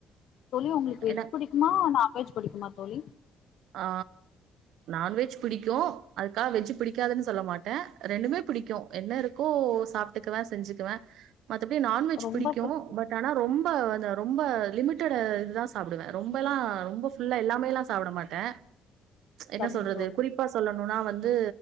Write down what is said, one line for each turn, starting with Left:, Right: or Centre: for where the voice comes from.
Left: தோழி உங்களுக்கு வெஜ்
Right: ஏன்னா
Left: புடிக்குமா நான்வெஜ் புடிக்குமா தோழி
Right: ஆ நான்வெஜ் பிடிக்கு அதுக்கா வெஜ் பிடிக்காதுன்னு சொல்ல மாட்டே ரெண்டுமே பிடிக்கு என்ன இருக்கோ சாப் டுக்குவே செஞ்சுக்குவே மத்தபடி நான்வெஜ்
Left: ரொம்ப
Right: பிடிக்கு
Left: புடிக்குது
Right: பட் ஆனா ரொம்ப அந்த ரொம்ப லிமிட்டட் இதுதா சா சாப்புடுவே ரொம்பல்லா ரொம்ப ஃபுல்லா எல்லாமேலா சாப்பட மாட்டே என்ன
Left: சரிங்க
Right: சொல்றது
Left: தோழி
Right: குறிப் பா சொல்லணுனா வந்து